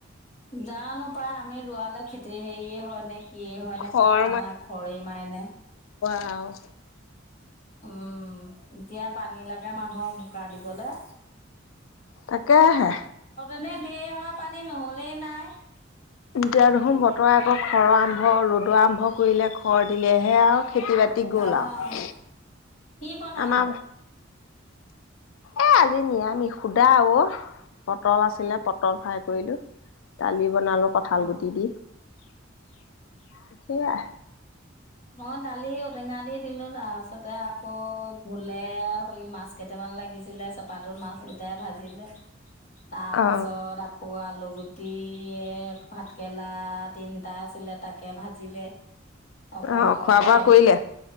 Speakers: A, on the left; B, on the left.
A: জানো পাই আমি ৰোৱালৈ খেতি হেৰিয়ে হয় নে কিয়ে হয়নে
B: খৰ
A: পাতা আমাৰ খৰে মাৰেনে।
B: অ',
A: উম, এতিয়া পানী লাগে মানুহ বোকা দিবলৈ।
B: তাকে হে।
A: এনে ধেৰ হয় পানী নহলেই নাই।
B: এতিয়া দেখোন বতৰে আকৌ খৰ আৰম্ভ ৰ'দ আৰম্ভ কৰিলে খৰ দিলেহে আৰু। খেতি বাতি গ'ল
A: অ'।
B: আও
A: কি বনালি?
B: আমাৰ এ আজি নিয়ামিষ সোধা অ, পটল আছিলে পটল ফ্ৰাই কৰিলো। দালি বনালো কঠাল
A: অ'।
B: গুটি দি সেইয়াই।
A: মন দালি ঔটেঙা দি দিলো তাৰপিছতে আকৌ ভোলে সৰি মাছ কেইটামান লাগিছিলে চেপাতো মাছ টুতা ভাজিলে তাৰ
B: অ।
A: পাছত আকৌ আলু দিয়ে ভাতকেৰেলা তিনিটা আছিলে তাকে ভাজিলে। অকণ
B: অ
A: অকণকে।
B: খোৱা বোৱা কৰিলে?